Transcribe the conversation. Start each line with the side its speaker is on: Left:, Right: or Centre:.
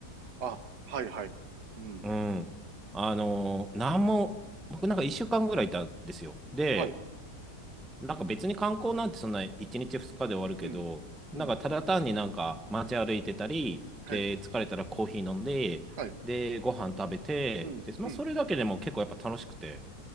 Right: あ、はいはい。うん。
Centre: うん。あの、なんも、僕なんか1週間ぐらいいたんですよ。で、
Right: はい。
Centre: なんか別に観光なんてそんな1日2日で終わるけど、
Right: うん。
Centre: なんかただ単になんか街歩いてたり、
Right: うん。はい。
Centre: で、疲れたらコーヒー飲んで、
Right: はい。
Centre: で、ご飯食べて、
Right: うん。
Centre: で、まあそれだけでも結構やっぱ楽しくて。
Right: うん。